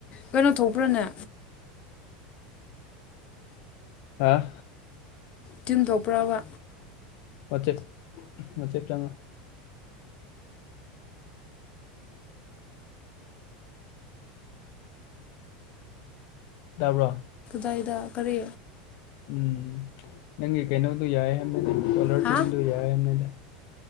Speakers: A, on the left; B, on the left.
A: ꯀꯩꯅꯣ ꯊꯣꯛꯄ꯭ꯔꯥꯅꯦ
B: ꯑꯥ
A: ꯇꯤꯟ ꯇꯧꯕ꯭ꯔꯥꯕ
B: ꯋꯥꯆꯦꯞ ꯋꯥꯆꯦꯞ ꯆꯪꯉꯣ ꯇꯥꯕ꯭ꯔꯣ
A: ꯀꯗꯥꯏꯗ ꯀꯔꯤ
B: ꯎꯝ ꯅꯪꯒꯤ ꯀꯩꯅꯣꯗꯨ ꯌꯥꯏ ꯍꯥꯏꯕꯅꯤꯗ ꯀꯣꯜꯂꯔ
A: ꯍꯥ
B: ꯇꯋꯤꯟꯗꯨ ꯌꯥꯏ ꯌꯥꯏꯕꯅꯤꯗ